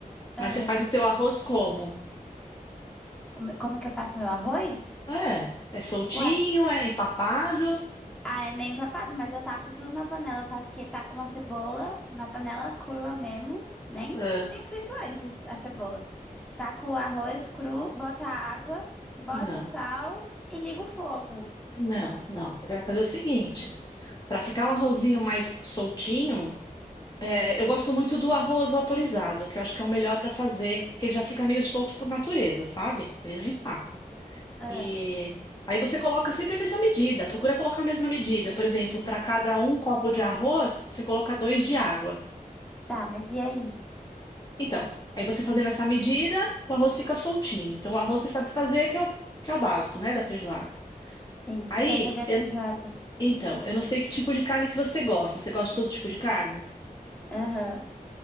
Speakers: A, in the centre; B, on the left.
A: Ah,
B: Mas você faz
A: e
B: o
A: f-
B: teu arroz como?
A: o meu- como que eu faço meu arroz?
B: É, é soltinho,
A: Ué,
B: é empapado?
A: ah, é meio empapado, mas eu taco tudo na panela. Eu faço que taco uma cebola na panela crua mesmo, nem,
B: Ah,
A: nem frito antes a cebola. Taco o arroz cru, bota a água, bota
B: não,
A: o sal e ligo o fogo.
B: não, não. Você vai fazer o seguinte, para ficar um arrozinho mais soltinho, É, eu gosto muito do arroz vaporizado, que eu acho que é o melhor para fazer, porque ele já fica meio solto por natureza, sabe? Ele não empapa.
A: Ah,
B: E aí você coloca sempre a mesma medida, procura colocar a mesma medida. Por exemplo, para cada um copo de arroz, você coloca dois de água.
A: tá, mas e aí?
B: Então, aí você fazendo essa medida, o arroz fica soltinho. Então, o arroz você sabe fazer, que é o, que é o básico, né, da feijoada.
A: Sim,
B: Aí,
A: e pra fazer a
B: eu-
A: feijoada?
B: então, eu não sei que tipo de carne que você gosta. Você gosta de todo tipo de carne?
A: Aham,